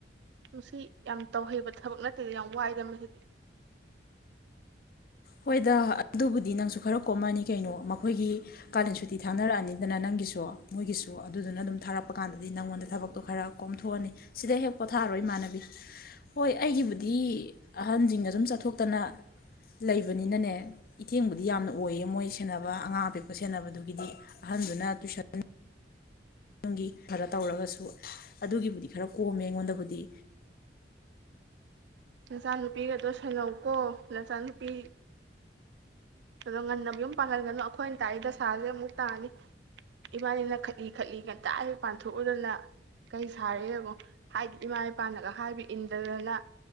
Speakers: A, on the right (about 75°); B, on the left (about 50°).
A: ꯅꯨꯡꯁꯤ ꯌꯥꯝ ꯇꯧꯍꯩꯕ ꯊꯕꯛ ꯅꯠꯇꯦꯗ ꯌꯥꯝ ꯋꯥꯏꯗ ꯃꯁꯤꯗꯤ
B: ꯍꯣꯏꯗ ꯑꯗꯨꯕꯨꯗꯤ ꯅꯪꯁꯨ ꯈꯔ ꯀꯣꯝꯃꯅꯤ ꯀꯩꯅꯣ ꯑꯩꯈꯣꯏꯒꯤ ꯀꯥꯂꯦꯟ ꯁꯨꯇꯤ ꯊꯥꯅꯔꯛꯑꯅꯤꯗꯅ ꯅꯪꯒꯤꯁꯨ ꯃꯣꯏꯒꯤꯁꯨ ꯑꯗꯨꯗꯨꯅ ꯑꯗꯨꯝ ꯊꯥꯔꯛꯄ ꯀꯥꯟꯗꯗꯤ ꯅꯪꯉꯣꯟꯗ ꯊꯕꯛꯇꯣ ꯈꯔ ꯀꯣꯝꯊꯣꯛꯑꯅꯤ ꯁꯤꯗ ꯍꯦꯛ ꯄꯣꯊꯥꯔꯔꯣꯏ ꯏꯃꯥꯟꯅꯕꯤ ꯍꯣꯏ ꯑꯩꯒꯤꯕꯨꯗꯤ ꯑꯍꯟꯁꯤꯡꯅ ꯑꯗꯨꯝ ꯆꯠꯊꯣꯛꯇꯅ ꯂꯩꯕꯅꯤꯅꯅꯦ ꯏꯊꯦꯡꯕꯨꯗꯤ ꯌꯥꯝꯅ ꯑꯣꯏꯌꯦ ꯃꯣꯏ ꯁꯦꯟꯅꯕ ꯑꯉꯥꯡ ꯑꯄꯤꯛꯄ ꯁꯦꯟꯅꯕꯗꯨꯒꯤꯗꯤ ꯑꯍꯟꯗꯨꯅ ꯇꯨꯏꯁꯟ ꯒꯤ ꯈꯔ ꯇꯧꯔꯒꯁꯨ ꯑꯗꯨꯒꯤꯕꯨꯗꯤ ꯈꯔ ꯀꯣꯝꯃꯦ ꯑꯩꯉꯣꯟꯗꯕꯨꯗꯤ
A: ꯅꯆꯥꯅꯨꯄꯤꯒꯗꯣ ꯁꯜꯍꯧꯀꯣ ꯅꯆꯥꯅꯨꯄꯤ ꯑꯗꯣ ꯉꯟꯅ ꯌꯨꯝ ꯄꯥꯡꯍꯟꯒꯅꯨ ꯑꯩꯈꯣꯏꯅ ꯇꯥꯛꯏ ꯗ ꯁꯥꯥꯁꯦ ꯑꯃꯨꯛ ꯇꯥꯅꯤ ꯏꯃꯥꯅꯦꯅ ꯈꯠꯂꯤ ꯈꯠꯂꯤ ꯉꯟꯇꯥꯗꯤ ꯄꯥꯟꯊꯣꯛꯎꯗꯅ ꯀꯩ ꯁꯥꯔꯤꯕꯣ ꯍꯥꯏꯗꯤ ꯏꯃꯥ ꯏꯄꯥꯅꯒ ꯍꯥꯏꯕ ꯏꯟꯗꯗꯅ